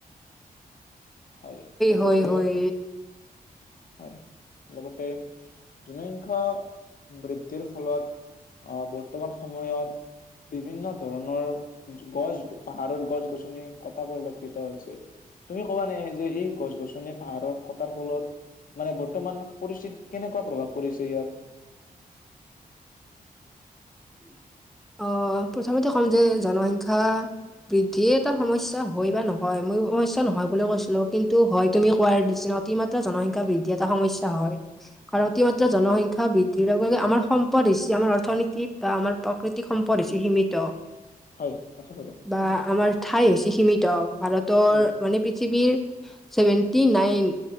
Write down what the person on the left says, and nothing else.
হয় লগতে,
হয় লগতে জনসংখ্যা বৃ <unintelligible> ফলত, আহ বৰ্তমান সময়ত বিভিন্ন ধৰণৰ গছ, পাহাৰৰ গছ গছনি কথা পৰিলক্ষিত হৈছে। তুমি ক'বানে যে এই গছ গছনি পাহাৰত কটাৰ ফলত, মানে বৰ্তমান পৰিস্থিতিত কেনেকুৱা প্ৰভাৱ পৰিছে ইয়াৰ? <unintelligible>
হয়
হয়, <unintelligible>
হয়